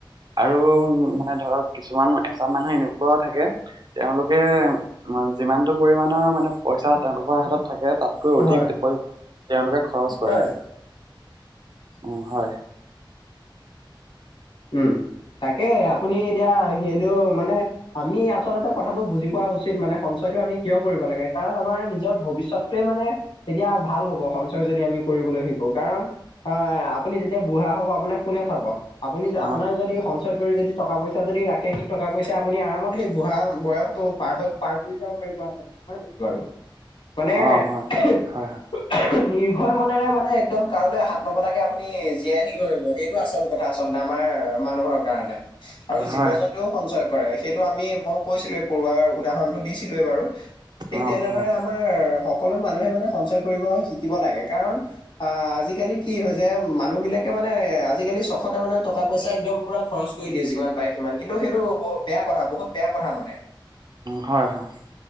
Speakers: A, on the right (about 55°); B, on the left (about 75°).
A: আৰু মানে ধৰক কিছুমান এচা মানুহ এনেকুৱাও থাকে তেওঁলোকে যিমানটো পৰিমাণৰ মা মে পইচা তেওঁলোকৰ হাতত থাকে তাতকৈ অধিক
B: হয়
A: তেওঁলোকে খৰচ কৰে।
B: হয়
A: উ হয়।
B: উম তাকে আপুনি এতিয়া সেইটো মানে আমি আচলতে কথাটো বুজি পোৱা উচিত মানে সঞ্চয়তটো আমি কিয় কৰিব লাগে কাৰণ আমাৰ নিজৰ ভৱিষ্যতোৱে মানে তেতিয়া ভাল হ'ব সঞ্চয় যদি আমি কৰিবলৈ শিকো কাৰণ আপুনি যেতিয়া বুঢ়া হব আপোনাক কোনে চাব? আপুনি
A: অ
B: আপোনাৰ যদি সঞ্চয় কৰি যদি টকা পইচা যদি ৰাখে সেই টকা পইচা আপুনি আৰামত সেই বুঢ়া বয়সতো পাৰ হৈ পাৰ কৰি যাব পাৰিব আচলতে হয় নে নহয় বাৰু। মানে
A: অ হয়
B: <unintelligible>
A: হয়
B: নিৰ্ভয় মনেৰে মানে একদম কাৰোলৈ হাত নপতাকে আপুনি জীয়াই থাকিব পাৰিব সেইটো আচল কথা। আচলতে আমাৰ মানুহৰ কাৰণে
A: হয়
B: আৰু জীৱ
A: হয়
B: জন্তুও সঞ্চয় কৰে সেইটো আমি মই কৈছিলোৱে পৰুৱাৰ উদাহৰণটো দিছিলোৱে বাৰু। ঠিক
A: অ
B: তেনেদৰে
A: হয়
B: আমাৰ সক সকলো মানুহে মানে সঞ্চয় কৰিব শিকিব লাগে, কাৰণ আহ আজিকালি কি হৈছে মানুহ বিলাক কে মানে আজিকালি তে মানে টকা পইচা একদম পুৰা খৰচ কৰি দিয়ে যিমান পাই সিমান কিন্তু সেইটো ব বেয়া কথা বহুত বেয়া কথা মানে
A: হয় হয়।